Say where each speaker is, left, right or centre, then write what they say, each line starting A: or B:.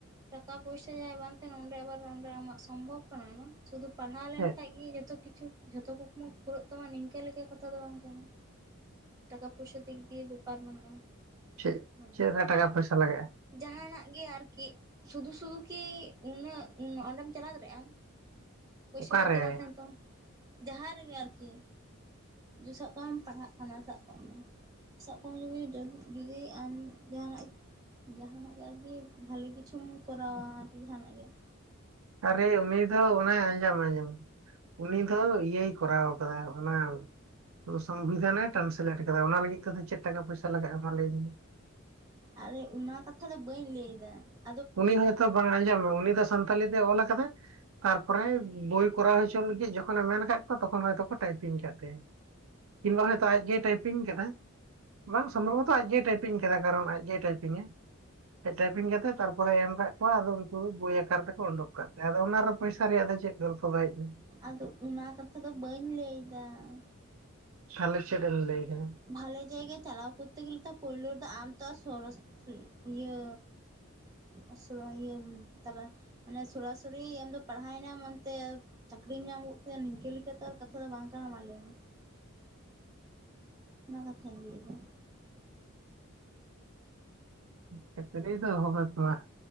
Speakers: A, on the right; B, on the right.
A: ᱴᱟᱠᱟ ᱯᱚᱭᱥᱟ ᱡᱟᱦᱟᱸᱭ ᱵᱟᱝ ᱛᱟᱦᱮᱱᱟ ᱚᱸᱰᱮ ᱟᱵᱟᱨ ᱚᱰᱮ ᱟᱢᱟᱜ ᱥᱚᱢᱵᱷᱚᱵ ᱠᱟᱱᱟ ᱚᱱᱟ ᱾ ᱥᱩᱫᱷᱩ ᱯᱟᱲᱦᱟᱣ ᱞᱮᱱᱠᱟᱱᱡ
B: ᱦᱮᱸ
A: ᱜᱮ ᱡᱚᱛᱚ ᱠᱤᱪᱷᱩ, ᱡᱷᱚᱛᱚ ᱠᱩᱠᱢᱩ ᱯᱩᱨᱟᱹᱜ ᱛᱟᱢᱟ ᱱᱤᱝᱠᱟᱹ ᱞᱮᱠᱟ ᱠᱟᱛᱷᱟ ᱫᱚ ᱵᱟᱝ ᱠᱟᱱᱟ ᱴᱟᱠᱟ ᱯᱚᱭᱥᱟ ᱫᱤᱠ ᱫᱤᱭᱮ, ᱵᱮᱯᱟᱨ ᱢᱮᱱᱟᱜᱼᱟ
B: ᱪᱮᱫ-ᱪᱮᱫ
A: ᱦᱮᱸ
B: ᱨᱮ ᱴᱟᱠᱟ ᱯᱚᱭᱥᱟ ᱞᱟᱜᱟᱜᱼᱟ ᱾
A: ᱡᱟᱦᱟᱱᱟᱜ ᱜᱮ ᱟᱨᱠᱤ ᱥᱩᱫᱷᱩ- ᱥᱩᱫᱷᱩ ᱠᱤ ᱩᱱᱟᱹᱜ ᱚᱸᱰᱮᱢ ᱪᱟᱞᱟᱣ ᱫᱟᱲᱮᱭᱟᱜᱼᱟ ᱟᱢ ᱾ ᱯᱚᱭᱥᱟ
B: ᱚᱠᱟᱨᱮ
A: ᱯᱟᱹᱛᱤ ᱵᱟᱝ ᱛᱟᱦᱮᱸᱱ ᱛᱟᱢᱟ ᱾ ᱡᱟᱦᱟᱸ ᱨᱮᱜᱮ ᱟᱨᱠᱤ ᱡᱩ ᱥᱟᱵ ᱠᱟᱜᱮᱢ ᱯᱟᱲᱦᱟᱜ ᱠᱟᱱᱟ ᱥᱟᱵ ᱠᱟᱜ ᱢᱮ ᱾ ᱟᱢ ᱡᱩᱫᱤ, ᱡᱩᱫᱤ ᱟᱢ ᱡᱟᱦᱟᱱᱟᱜ, ᱡᱟᱦᱟᱱᱟᱜ ᱜᱮ ᱟᱨᱠᱤ ᱵᱷᱟᱹᱞᱤ ᱠᱤᱪᱷᱩᱢ ᱠᱚᱨᱟᱣᱟ ᱟᱨᱠᱤ ᱡᱟᱦᱟᱱᱟᱜ ᱜᱮ ᱾
B: ᱟᱨᱮ ᱩᱱᱤ ᱫᱚ ᱚᱱᱟᱭ ᱟᱸᱡᱚᱢ-ᱟᱸᱡᱚᱢ ᱩᱱᱤ ᱫᱚ ᱤᱭᱟᱹᱭ ᱠᱚᱨᱟᱣ ᱠᱟᱫᱟ ᱚᱱᱟ, ᱥᱚᱝᱵᱤᱫᱷᱟᱱᱮ ᱴᱨᱟᱱᱥᱞᱮᱴ ᱟᱠᱟᱫᱟ ᱚᱱᱟ ᱞᱟᱹᱜᱤᱫ ᱛᱮᱫᱚ ᱪᱮᱫ ᱴᱟᱠᱟ-ᱯᱚᱭᱥᱟ ᱞᱟᱜᱟᱜᱼᱟ ᱢᱟ ᱞᱟᱹᱭ ᱢᱮ ᱾
A: ᱟᱨᱮ ᱚᱱᱟ ᱠᱟᱛᱷᱟ ᱫᱚ ᱵᱟᱹᱧ ᱞᱟᱹᱭ ᱮᱫᱟ ᱾
B: ᱩᱱᱤ ᱦᱚᱭᱛᱚ ᱵᱟᱝ ᱟᱸᱡᱚᱢᱮ ᱩᱱᱤ ᱫᱚ ᱥᱟᱱᱛᱟᱞᱤ ᱛᱮᱭ ᱚᱞ ᱟᱠᱟᱫᱟᱭ ᱾ ᱛᱟᱨᱯᱚᱨᱮ ᱵᱳᱭ ᱠᱚᱨᱟᱣ ᱦᱚᱪᱚ ᱞᱟᱹᱜᱤᱫ ᱡᱚᱠᱷᱚᱱᱮ ᱢᱮᱱ ᱟᱠᱟᱫ ᱠᱚᱣᱟ ᱛᱚᱠᱷᱚᱱ ᱦᱚᱭᱛᱚ ᱴᱟᱭᱯᱤᱝ ᱟᱠᱟᱫ ᱛᱟᱭᱟ, ᱠᱤᱝᱵᱟᱦ ᱦᱚᱭᱛᱳ ᱟᱡᱜᱮᱭ ᱴᱟᱭᱯᱤᱝ ᱠᱟᱫᱟ ᱾ ᱵᱟᱝ ᱥᱚᱢᱵᱷᱚᱵᱚᱛᱚ ᱟᱡᱜᱮᱭ ᱴᱟᱭᱯᱤᱝ ᱠᱟᱫᱟ ᱠᱟᱨᱚᱱ ᱟᱡᱜᱭ ᱴᱟᱭᱯᱤᱝᱼᱟ ᱟᱡ ᱴᱟᱭᱯᱤᱝ ᱠᱟᱛᱮᱫ, ᱛᱟᱨᱯᱚᱨᱮ ᱮᱢ ᱟᱠᱟᱫ ᱠᱚᱣᱟ ᱟᱫᱚ ᱩᱱᱠᱩ ᱫᱚ ᱵᱳᱭ ᱟᱠᱟᱨ ᱛᱮᱠᱚ ᱩᱰᱩᱠ ᱠᱟᱜ ᱛᱟᱦᱮᱸ ᱟᱫᱚ ᱚᱱᱟᱨᱮ ᱯᱚᱭᱥᱟ ᱨᱮᱭᱟᱜ ᱫᱚ ᱪᱮᱫ ᱜᱚᱞᱯᱚ ᱵᱟᱭ ᱦᱮᱡ -ᱟ ᱾
A: ᱟᱫᱚ ᱚᱱᱟ ᱠᱟᱛᱷᱟ ᱫᱚ ᱵᱟᱹᱧ ᱞᱟᱹᱭᱫᱟ ᱾
B: ᱛᱟᱞᱦᱮ ᱪᱮᱫ ᱮᱢ ᱞᱟᱹᱭᱟ ᱫᱟ ᱾
A: ᱵᱷᱟᱞᱮ ᱡᱟᱭᱜᱟ ᱪᱟᱞᱟᱣ ᱠᱚᱛᱮ ᱜᱮᱞᱮ ᱛᱚ ᱯᱳᱭᱞᱳ ᱨᱮ ᱫᱚ ᱟᱢ ᱛᱚ ᱟᱨ ᱥᱚᱨᱚᱥ, ᱤᱭᱟᱹ ᱮᱜ ᱥᱚᱣᱟᱜᱤᱭᱟᱹ ᱛᱟᱨᱟ ᱢᱟᱱᱮ ᱥᱚᱨᱟᱼᱥᱩᱨᱤ ᱟᱢᱫᱚ ᱯᱟᱲᱦᱟᱣᱱᱟᱢ ᱚᱱᱛᱮ ᱪᱟᱹᱠᱨᱤᱢ ᱧᱟᱢ ᱜᱚᱫ ᱠᱮᱫᱟ ᱱᱤᱝᱠᱟᱹ ᱛᱚ ᱟᱨ ᱠᱟᱛᱷᱟ ᱫᱚ ᱵᱟᱝ ᱠᱟᱱᱟ ᱢᱟ ᱞᱟᱹᱭ ᱢᱮ ᱚᱱᱟ ᱠᱟᱛᱷᱟᱧ ᱞᱟᱭᱫᱟ᱾
B: ᱪᱟᱹᱠᱨᱤ ᱫᱚ ᱦᱚᱵᱮᱠᱚᱜ-ᱟ